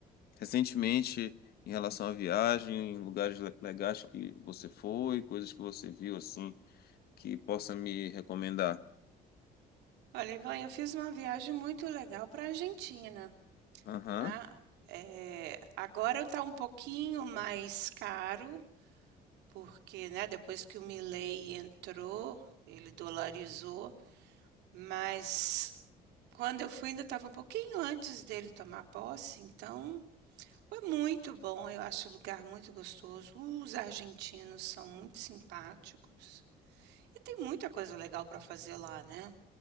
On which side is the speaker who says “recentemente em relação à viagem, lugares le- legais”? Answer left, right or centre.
Left